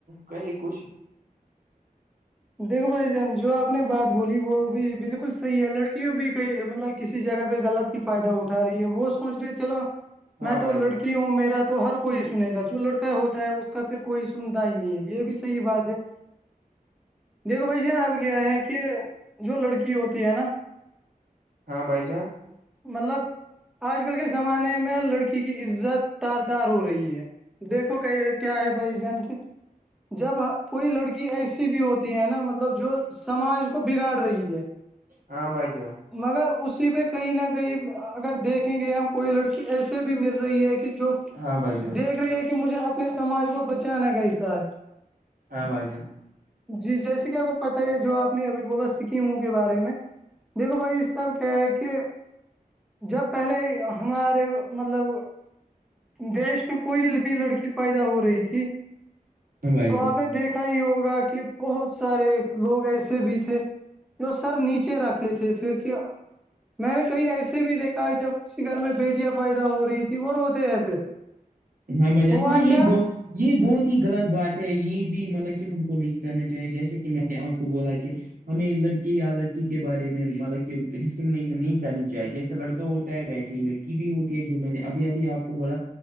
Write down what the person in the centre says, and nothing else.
دیکھو بھائی جان جو آپ نے بات بولی وہ بھی بالکل صحیح ہے لڑکیوں بھی کہئی مطلب کسی جگہ پہ غلط- فائدہ اٹھا رہی ہے وہ سوچ رہے چلو
میں
تو
لڑکیوں- وں میرا تو ہر کوئی سنے گا جو لڑکا ہوتا ہے اس کا پھر کوئی سنتا ہی نہیں ہے یہ بھی صحی بات ہے- دیکھو بھائی جرا اب کیا ہے کہ جو لڑکی ہوتی ہے نا
مطلب آج کل کے زمانے میں لڑکی کی عزت تار تار ہو رہی ہے- دیکھو کہ کیا ہے بھائی جان کے جب کوئی لڑکی ایسی بھی ہوتی- ہیں نا مطلب جو سماج کو بگاڑ رہی ہے-
مگر اسی پہ کہیں نہ کہیں اگر دیکھیں گے ہم کوئی لڑکی ایسے بھی مل رہی ہے کہ جو-
دیکھ رہی کہ مجھے اپنے سماج کو بچانا کیسا ہے-
جی جیسے کہ آپ کو پتا ہے جو آپ نے ابھی بولا سکیموں کے بارے میں دیکھو بھائی اس سح کیا ہے کہ جب پہلے ہمارے مطلب دیش میں کوئی بھی لڑکی پیدا ہو رہی تھی
تو
آپ نے دیکھا ہی ہوگا کہ بہت سارے لوگ ایسے بھی تھے جو سر نیچے رکھتے تھے پھر کیا میں نے کہئی ایسے بھی دیکھا ہے جب اس گھر میں بیٹیاں پیدا ہو رہی تھی وہ روتے ہیں پھر
ہوا
کیا